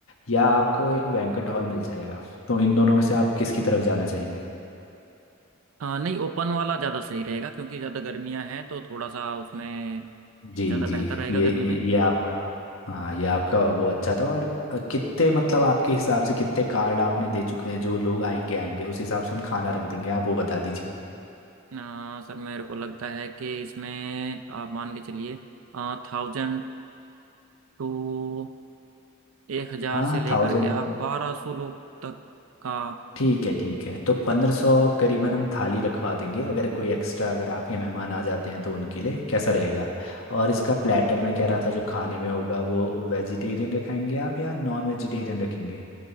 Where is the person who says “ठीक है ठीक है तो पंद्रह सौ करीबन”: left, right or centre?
Left